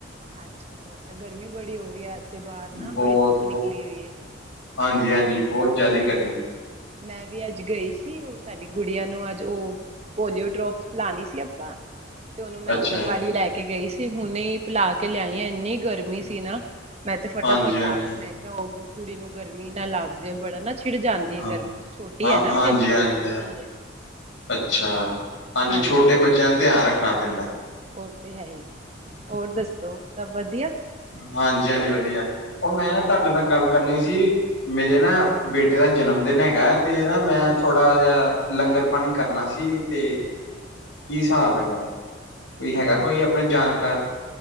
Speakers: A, on the right (about 30°); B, on the left (about 85°).
A: ਅੱਛਾ ਜੀ। ਗਰਮੀ ਬੜੀ ਹੋ ਰਹੀ ਹੈਥੇ ਬਾਹਰ ਨਾ
B: ਬਹੁਤ
A: ਬੜੀ ਧੁੱਪ ਨਿਕਲੀ ਹੋਈ।
B: ਹਾਂਜੀ ਹਾਂਜੀ ਬਹੁਤ ਜ਼ਿਆਦੀ ਗਰਮੀ।
A: ਮੈਂ ਵੀ ਅੱਜ ਗਈ ਸੀ ਉਹ ਸਾਡੀ ਗੁੜੀਆਂ ਨੂੰ ਅੱਜ ਉਹ ਪੋਲੀਓ ਡ੍ਰੋਪ। ਲਾਣੀ ਸੀ ਆਪਾਂ ਤੇ ਉਹਨੂੰ ਮੈਂ
B: ਅੱਛਾ
A: ਆਂਗਣਵਾੜੀ ਲੈ ਕੇ ਗਈ ਸੀ। ਹੁਣੇ ਪਿਲਾ ਕੇ ਲਿਆਈ ਆ ਇੰਨੀ ਗਰਮੀ ਸੀ ਨਾ ਮੈਂ ਤੇ ਫਟਾਫਟ
B: ਹਾਂਜੀ ਹਾਂਜੀ
A: ਆ ਗੀ ਮੈਂ ਕਿਹਾ ਹੋ। ਕੁੜੀ ਨੂੰ ਗਰਮੀ ਨਾ ਲੱਗ ਜਾਏ ਬੜਾ ਨਾ ਛਿੜ ਜਾਂਦੀ
B: ਹਾਂ
A: ਹੈ। ਗਰਮੀ ਚ ਛੋਟੀ
B: ਹਾਂ
A: ਹੈ ਨਾ
B: ਹਾਂਜੀ
A: ਅਜੇ ਤਿੰਨ
B: ਹਾਂਜੀ
A: ਮਹੀਨੇ ਦੀ ਹੈ।
B: ਅੱਛਾ। ਪੰਜ
A: ਹਾਂਜੀ
B: ਛੋਟੇ ਬੱਚਿਆਂ ਨੂੰ ਧਿਆਨ ਰੱਖਣਾ ਪੈਂਦਾ।
A: ਉਹ ਤੇ ਹੈ ਹੀ ਹੋਰ ਦੱਸੋ ਸਭ। ਵਧੀਆ
B: ਹਾਂਜੀ ਹਾਂਜੀ ਵਧੀਆ ਉਹ ਮੈਂ ਨਾ ਤੁਹਾਡੇ ਨਾਲ ਗੱਲ ਕਰਨੀ ਸੀ ਮੇਰੇ ਨਾ ਬੇਟੇ ਦਾ ਜਨਮ ਦਿਨ ਹੈਗਾ ਤੇ ਨਾ ਮੈਂ ਥੋੜਾ ਜਹਾ ਲੰਗਰ ਲੰਗਰ ਪਾਣੀ ਕਰਨਾ ਸੀ ਤੇ ਕੀ ਹਿਸਾਬ ਹੈਗਾ। ਕੋਈ ਹੈਗਾ
A: ਅੱਛਾ
B: ਕੋਈ ਆਪਣੇ ਜਾਣਕਾਰ।